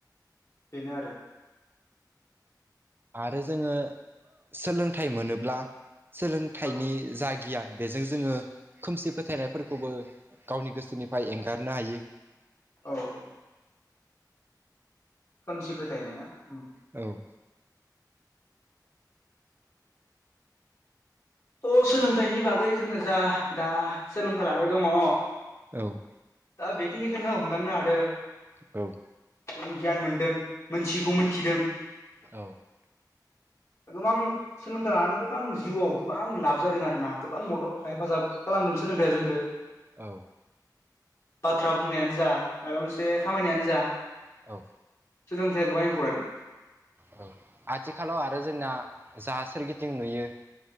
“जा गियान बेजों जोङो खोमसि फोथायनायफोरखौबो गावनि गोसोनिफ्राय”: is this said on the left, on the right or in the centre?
Right